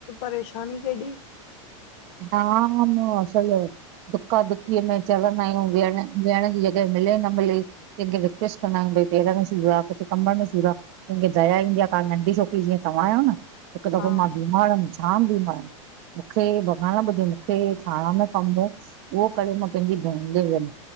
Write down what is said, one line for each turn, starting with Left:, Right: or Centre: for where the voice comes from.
Left: परेशानी केॾी।
Right: हा, ममो हसल ए। दुका दुकीअ में चढ़ंदा आहियूं वेहण वेहण जी जॻह मिले न मिले। जे के रिक्वेस्ट कंदा आहियूं भई पहर में सूर आ कथे कंबर में सूर आ। कहिंखे द जया ईंदी आहे, का नंढी छोकिरी जीअं तव्हां आहियो न। हिकु दफ़ो
Left: हा
Right: मां बीमार हुयम् जाम बीमार हुयम् मूंखे। हा ॿुधे मूंखे खाण कम हो उहो करे मां पंहिंजी भेण जे वियम।